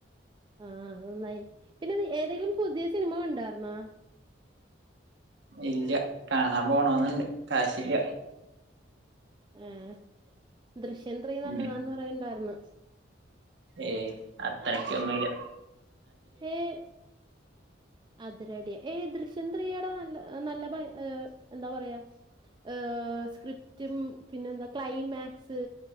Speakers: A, on the right; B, on the right.
A: ആഹ് അത് നന്നായി. പിന്നെ നീ ഏതെലും പുതിയ സിനിമ കണ്ടാ? <unintelligible>
B: ഇല്ല കാണാൻ പോണോന്നൊണ്ട് കാശില്ല.
A: ഏഹ് ദൃശ്യം ത്രീ നല്ലതാന്ന്
B: ഉം
A: പറയുന്നുണ്ടാർന്ന്.
B: ഏയ് അത്രക്കൊന്നൂല്ല.
A: ഏഹ് അതിരടി ഏഹ് ദൃശ്യം ത്രീയുടെ നല്ല നല്ല ഭം ഏഹ് എന്താ പറയാ ഏഹ് സ്ക്രിപ്റ്റും പിന്നെ എന്താ ക്ലൈമാക്സ്